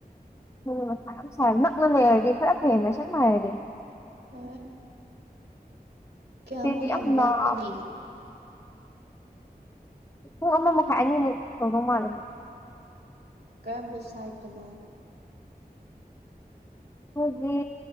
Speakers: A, on the left (about 15°); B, on the right (about 85°).
A: ꯎꯝ ꯃꯊꯥ ꯌꯝ ꯁꯥꯏꯌꯦꯕ ꯅꯛꯅ ꯂꯩꯔꯗꯤ ꯈꯔ ꯐꯩꯌꯦꯅ ꯒꯁꯦꯡꯕ ꯍꯥꯏꯔꯗꯤ
B: ꯍꯣꯏ ꯀꯌꯥꯃꯨꯛ
A: ꯏꯆꯦꯗꯤ
B: ꯌꯥꯝ ꯂꯥꯞꯀꯅꯤ
A: ꯂꯥꯞ ꯄꯨꯡ ꯑꯃ ꯃꯈꯥꯏ ꯑꯅꯤꯃꯨꯛ ꯇꯧꯗꯧ ꯃꯥꯜꯂꯦꯕꯨ
B: ꯀꯔꯝꯕ ꯁꯥꯏꯠꯇꯅꯣ
A: ꯑꯩꯈꯣꯏꯒꯤ